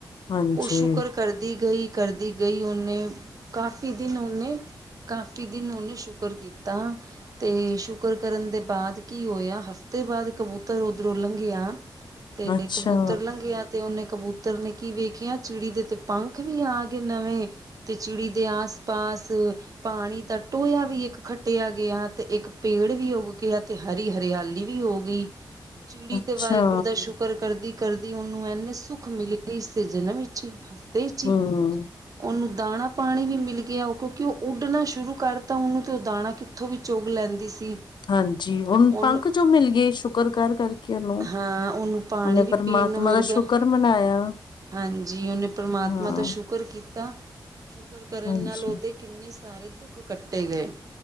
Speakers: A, on the left; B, on the right.
A: ਹਾਂਜੀ
B: ਉਹ ਸ਼ੁਕਰ ਕਰਦੀ ਗਈ ਕਰਦੀ ਗਈ ਉਹਨੇ ਕਾਫੀ ਦਿਨ ਉਹਨੇ ਕਾਫੀ ਦਿਨ ਉਹਨੇ ਸ਼ੁਕਰ ਕੀਤਾ ਤੇ ਸ਼ੁਕਰ ਕਰਨ ਦੇ ਬਾਅਦ ਕੀ ਹੋਇਆ ਹਫਤਾ ਕਾਫੀ ਤੇ ਬਾਅਦ ਕਬੂਤਰ ਓਦਰੋ ਲੰਘ ਗਿਆ ਤੇ
A: ਅੱਛਾ।
B: ਕਬੂਤਰ ਲੰਘਿਆ ਤੇ ਉਹਨੇ ਕਬੂਤਰ ਨੇ ਕੀ ਵੇਖਿਆ ਚਿੜੀ ਦੇ ਤੇ ਪੰਖ ਵੀ ਆ ਗਏ ਨਵੇਂ ਤੇ ਚਿੜੀ ਦੇ ਆਸ ਪਾਸ ਪਾਣੀ ਦਾ ਟੋਇਆ ਵੀ ਹੈ ਇੱਕ ਖੱਟਿਆ ਗਿਆ ਤੇ ਇੱਕ ਪੇੜ ਵੀ ਉੱਗ ਗਿਆ ਤੇ ਹਰੀ ਹਰਿਆਲੀ ਵੀ ਹੋ ਗਈ ਚਿੜੀ
A: ਅੱਛਾ,
B: ਤੇ ਵਾਹਿਗੁਰੂ ਦਾ ਸ਼ੁਕਰ ਕਰਦੀ ਕਰਦੀ ਉਹਨੂੰ ਇੰਨੇ ਸੁੱਖ ਮਿਲਗੇਈ ਇਸਦੇ ਜਨਮ ਵਿੱਚ ਹੀ ਹਫ਼ਤੇ ਵਿੱਚ ਹੀ
A: ਹੂੰ,
B: ਉਹਨੂੰ ਦਾਣਾ ਪਾਣੀ ਵੀ ਮਿਲ ਗਿਆ ਉ ਕਿਉਂਕਿ ਉਹ ਉੱਡਣਾ ਸ਼ੁਰੂ ਕਰਤਾ ਉਹਨੂੰ ਤੇ ਉਹ ਦਾਣਾ ਕਿੱਥੋਂ ਵੀ ਚੁਗ ਲੈਂਦੀ ਸੀ
A: ਹਾਂਜੀ ਹੁਣ
B: ਉਹਨੂੰ
A: ਪੰਖ ਜੋ ਮਿਲ ਗੇ ਸ਼ੁਕਰ ਕਰ ਕਰਕੇ ਉਹਨੂੰ
B: ਹਾਂ ਉਹਨੂੰ ਪਾਣੀ
A: ਉਹਨੇ
B: ਵੀ
A: ਪਰਮਾਤਮਾ
B: ਪੀਣ ਨੂੰ ਮਿਲ
A: ਦਾ
B: ਗਿਆ
A: ਸ਼ੁਕਰ ਮਨਾਇਆ
B: ਹਾਂਜੀ ਉਹਨੇ ਪਰਮਾਤਮਾ
A: ਹਾਂ,
B: ਦਾ ਸ਼ੁਕਰ ਕੀਤਾ ਸ਼ੁਕਰ ਕਰਨ
A: ਹਾਂਜੀ।
B: ਨਾਲ ਉਹਦੇ ਕਿੰਨੇ ਸਾਰੇ ਦੁੱਖ ਕੱਟੇ ਗਏ